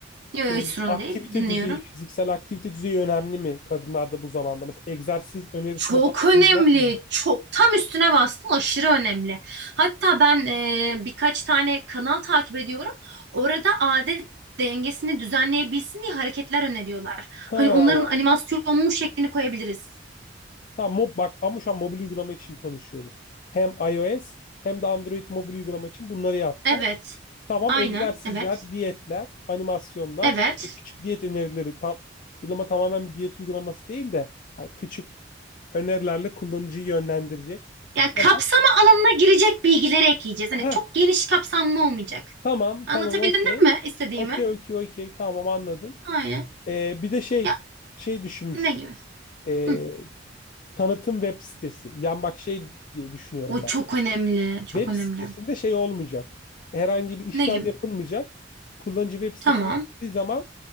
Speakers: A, on the right; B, on the left.
A: Yok yok
B: Ee,
A: hiç sorun
B: aktivite
A: değil. Dinliyorum.
B: düzeyi, fiziksel aktivite düzeyi önemli mi kadınlarda bu zamanda? Mesela egzersiz önerisinde
A: Çok
B: falan
A: önemli.
B: bulunacak mıyız?
A: Çok tam üstüne bastım, Aşırı önemli. Hatta ben e, birkaç tane kanal takip ediyorum. Orada adet dengesini düzenleyebilsin diye hareketler öneriyorlar. Hani
B: Ha,
A: onların animasyonlu şeklini koyabiliriz.
B: tamam mob, bak ama şu an mobil uygulama için konuşuyoruz. Hem iOS hem de Android mobil uygulama için bunları yapacağız.
A: Evet.
B: Tamam
A: Aynen.
B: egzersizler,
A: Evet.
B: diyetler, animasyonlar,
A: Evet.
B: işte küçük diyet önerileri tam uygulama tamamen bir diyet uygulaması değil de yani küçük önerilerle kullanıcıyı yönlendirecek.
A: Yani kapsama
B: Tamam.
A: alanına girecek bilgileri ekleyeceğiz. Hani
B: Heh,
A: çok geniş kapsamlı olmayacak.
B: tamam,
A: Anlatabildim
B: tamam, okey.
A: değil mi istediğimi?
B: Okey, okey, okey. Tamam anladım.
A: Aynen.
B: Ee, bir de şey
A: Ya
B: şey düşünmüştük.
A: ne gibi?
B: Ee,
A: Hı.
B: tanıtım web sitesi. Yan bak şey diye düşünüyorum
A: O çok
B: ben.
A: önemli. Çok
B: Web
A: önemli.
B: sitesinde şey olmayacak. Herhangi bir işlem
A: Ne gibi?
B: yapılmayacak. Kullanıcı web sitesine
A: Tamam.
B: gittiği zaman